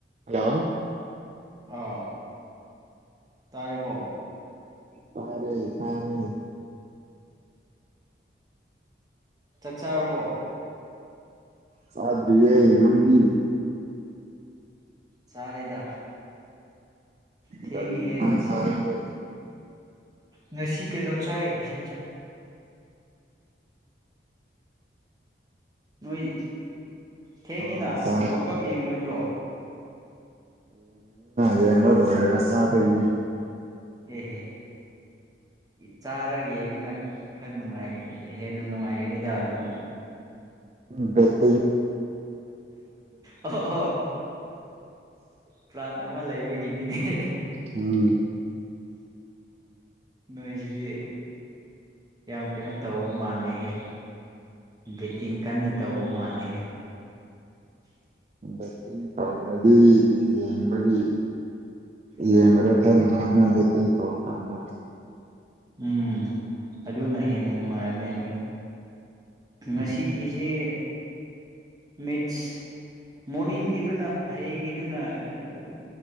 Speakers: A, on the right; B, on the right.
A: hello
B: ꯑꯥ ꯇꯥꯔꯦꯀꯣ
A: ꯐꯔꯦ ꯐꯔꯦ
B: ꯑꯣ ꯆꯥꯔꯕꯣ
A: ꯁꯥꯔꯤꯦ ꯅꯕꯤ
B: ꯆꯔꯗꯥ ꯊꯦꯡꯉꯤ
A: ꯀꯔꯤ ꯏꯟꯖꯥꯡ
B: ꯍꯦꯡ ꯉꯁꯤ
A: ꯆꯥꯔꯒꯦ
B: ꯉꯁꯤ ꯀꯩꯅꯣ ꯆꯥꯏ ꯁꯟ ꯅꯣꯏꯗꯤ ꯊꯦꯡꯉꯤꯅ
A: ꯑꯍꯥꯎꯕ ꯆꯥꯔꯕꯣ
B: ꯋꯥꯔ ꯀꯞ ꯌꯦꯡꯂꯡꯉꯣꯏꯗ꯭ꯔꯣ
A: ꯔꯤꯝꯕ ꯊꯣꯔꯔ ꯁꯥꯗꯅꯤ
B: ꯑꯦꯍꯦ ꯆꯥꯔ ꯌꯦꯡꯕꯅ ꯈꯔ ꯍꯦꯟꯅ ꯅꯨꯡꯉꯥꯏꯒꯅꯤꯗ ꯑꯗꯨꯅ
A: ꯎ
B: ꯑꯣ ꯄ꯭ꯂꯥꯟ ꯑꯃ ꯂꯩꯕꯒꯤ ꯀꯅꯤꯅꯤꯦ
A: ꯎꯝ
B: ꯅꯣꯏꯁꯤꯗꯤ ꯌꯥꯝ ꯀꯩꯅꯣ ꯇꯧꯕ ꯃꯥꯜꯂꯦꯍꯦ ꯦꯇꯤꯡ ꯀꯟꯅ ꯇꯧꯕ ꯃꯥꯜꯂꯤꯦꯍꯦ ꯑ
A: ꯕꯦꯠꯇꯤꯡ ꯇꯧꯗ꯭ꯔꯗꯤ ꯌꯦꯡꯕꯒꯤ ꯌꯦꯡꯕꯗ ꯈꯔ ꯅꯨꯡꯉꯥꯏꯅ ꯕꯦꯠꯇꯤꯡ ꯇꯧꯔꯀꯥꯟꯗ
B: ꯎꯝ ꯑꯗꯨꯅ ꯍꯦꯟꯅ ꯅꯨꯡꯉꯥꯏꯕꯅꯦ ꯍꯣꯏ ꯉꯁꯤꯒꯤꯁꯤꯦ
A: ꯎꯝ
B: ꯃꯤꯁ ꯃꯣꯔꯅꯤꯡꯤꯡꯒꯤꯗꯨꯅ ꯍꯌꯦꯡꯒꯤ ꯑꯗꯨꯅ ꯑꯗꯨꯝ